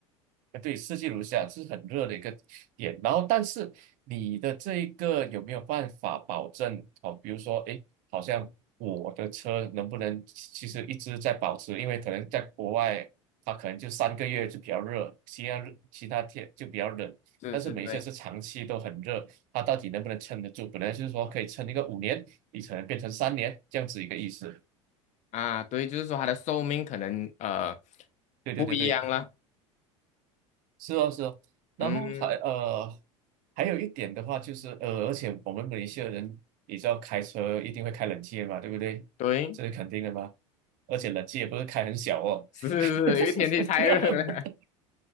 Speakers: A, on the right; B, on the left.
A: 对，四季如夏是很热的一个点。然后，但是你的这一个有没有办法保证？哦，比如说，诶，好像我的车能不能其实一直在保持？因为可能在国外，它可能就三个月就比较热，其他日其他天就比较冷。
B: 是是，
A: 但是每一次是长期都很热，
B: 对
A: 它到底能不能撑得住？本来就是说可以撑一个五年，你可能变成三年这样子一个意思。
B: 啊，对，就是说它的寿命可能呃
A: 对对对对。
B: 不一样了，
A: 是哦，是哦，然后还呃，
B: 嗯，
A: 还有一点的话就是，呃，而且我们马来西亚人，你知道开车一定会开冷气的嘛，对不对？
B: 对。
A: 这是肯定的嘛。而且冷气也不是开很小哦。
B: 是是是，
A: <laughs>
B: 因为天气太热了，